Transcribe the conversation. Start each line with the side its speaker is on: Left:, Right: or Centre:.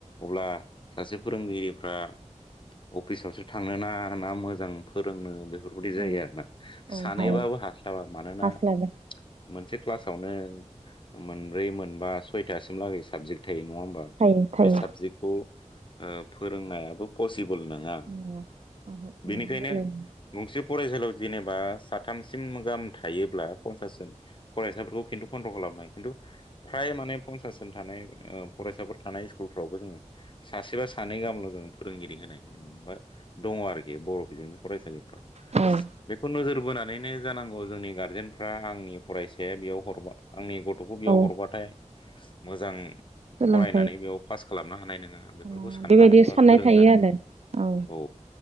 Left: अब्ला सासे फोरोंगिरिफ्रा अफिसावसो थांनोना ना मोजां फोरोंनो बेफोरबायदि जायो
Right: औ
Left: आरो ना
Right: औ
Left: सानैबाबो
Right: हाया
Left: हास्लाबा मानोना
Right: हास्लाबा
Left: मोनसे क्लासावनो मोनब्रै मोनबा सयथासिम लागै साबजेक्ट थायो नङा होमबा?
Right: थायो थायो
Left: बे साबजेक्टखौ ओ फोरोंनायाबो पसिबोल नङा
Right: औ हायो
Left: बिनिखायनो गंसे फरायसालियाव जेनेबा साथामसिम गाहाम थायोब्ला पन्सास जन फरायसाफोरखौ खिन्थु कन्ट्रल खालामनो हायो खिन्थु फ्राय माने <unintelligible> थानाय ओ फरायसाफोर थानाय स्कुलफ्रावबो जोङो सासेबा सानै गाहामल' जों फोरोंगिरि होनायखौ नुनो मोनो बा दङ आरोखि बर' बिजोंनि फरायसालिफ्राव।
Right: औ
Left: बेखौ नोजोर बोनानैनो जानांगौ जोंनि गारजेनफ्रा आंनि फरायसाया बेयाव हरबा आंनि गथ'खौ बियाव
Right: औ
Left: हरबाथाय मोजां
Right: सोलोंथाइ
Left: फरायनानै बेयाव पास खालामनो हानाय नोङा बेफोरखौ
Right: बेबायदि
Left: साननानै
Right: साननाय
Left: बा गोरों
Right: थायो
Left: जानो
Right: आरो
Left: औ।